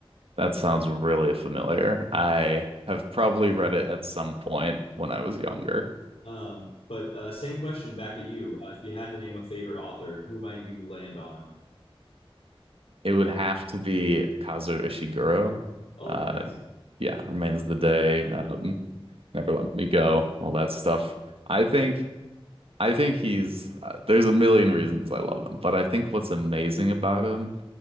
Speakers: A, on the right; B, on the left.
A: That sounds really familiar. I have probably read it at some point when I was younger.
B: Um, but uh, same question back at you. Uh, if you had to name a favorite author, who might you land on?
A: It would have to be Kazuo Ishiguro.
B: Oh,
A: Uh,
B: yes.
A: yeah, Remains of the Day, um, Never Let Me Go, all that stuff. I think I think he's uh, there's a million reasons I love him, but I think what's amazing about him,